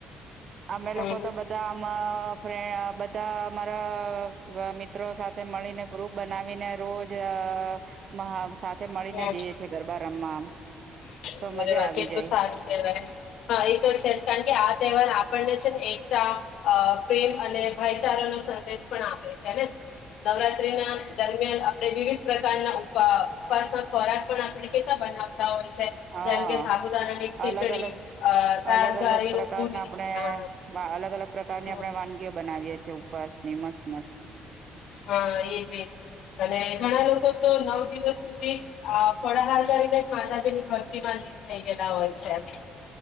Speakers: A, on the right; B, on the left.
A: અમે
B: હમ
A: લોકો તો બધાં આમા ફ્રેન્ડ અ બધા અમારા મિત્રો સાથે મળીને ગ્રુપ બનાવીને રોજ અ મહા થે
B: હમ
A: મળીને જઈએ છે ગરબા રમવા આમ
B: <unintelligible>
A: તો મજા આવી
B: કેટલું
A: જાય
B: સારું કેવાય હા એતો છેજ કારણ કે આ તહેવાર આપણે છેને એકતા અ પ્રેમ અને ભાઈચારાનો સંદેશ પણ આપે છેને નવરાત્રીના દરમિયાન આપણે વિવિધ પ્રકારના ઉપ અ ઉપવાસના ખોરાક પણ આપણે કેતલા બનાવતા હોય છે.
A: હા
B: જેમ કે સાબુદાણાની ખીચડી
A: અલગ અલગ
B: અ રાજગારીનું
A: અલગ અલગ પ્રકારના
B: પૂરી
A: આપણે
B: હા
A: અલગ અલગ પ્રકારની
B: હમ
A: આપણે વાનગીઓ બનાવીએ છીએ. ઉપવાસની મસ્ત મસ્ત
B: હા એજ એજ અને ઘણા લોકો તો નવ દિવસ સુધી ફળાહાલ કરીને જ માતાજીની ભકતીમાં લીન થઈ ગયેલા હોય છે.